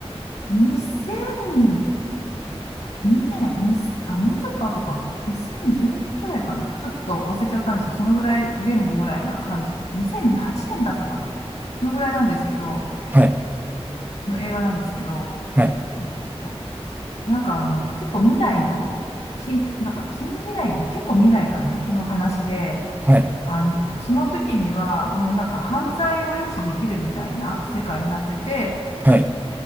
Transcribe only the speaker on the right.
はい。
はい。
はい。
はい。